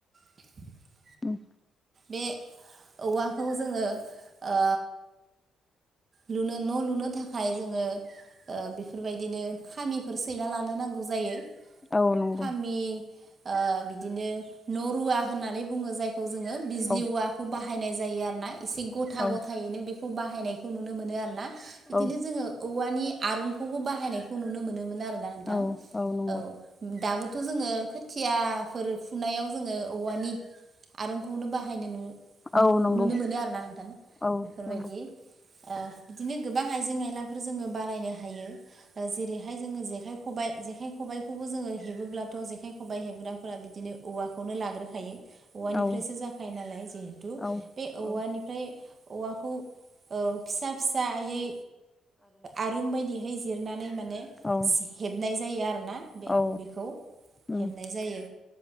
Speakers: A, on the right; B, on the left.
A: <inaudible>
B: ओम
A: बे औवाखौ जोङो ओ लुनो न' लुनो थाखाय जोङो ओ बेफोरबायदिनो खामिफोर सैना लानो नांगौ जायो
B: औ नंगौ
A: खामि ओ बिदिनो नरुवा होननानै बुङो जायखौ खौ जोङो बिजलि
B: औ
A: औवाखौ बाहायनाय जायो आरोना एसे गथा
B: औ
A: गथायैनो बेखौ बाहायनायखौ खौ नुनो मोनो आरोना बिदिनो
B: औ
A: जोङो औवानि आरुनखौबो बाहायनायखौ नुनो मोनोमोन आरो नोंथां
B: औ नंगौ
A: औ दाबो थ' जोङो खोथियाफोर फुनायाव जोङो औवानि आरुनखौनो बाहायनो
B: औ
A: नु
B: नंगौ
A: नुनो मोनो आरोना नोंथां
B: औ
A: बेफोरबायदि
B: नंगौ
A: ओ बिदिनो गोबां आइजें आयलाफोर जोङो बानायनो हायो जेरैहाय जोङो जेखाय खबाइ जेखाइ खबाइखौबो जोङो हेबोब्लाथ' जेखाइ खबाइ हेबग्राफोरा बिदिनो औवाखौनो लाग्रोखायो। औवानिफ्रायसो
B: औ
A: जाखायो नालाय जिहेथु
B: औ
A: बे औवानिफ्राय
B: औ
A: औवाखौ औ फिसा फिसायै आरुं बायदिहै जिरनानै माने
B: औ
A: हेबनाय जायो आरोना बे
B: औ
A: बेखौ।
B: उम
A: हेबनाय जायो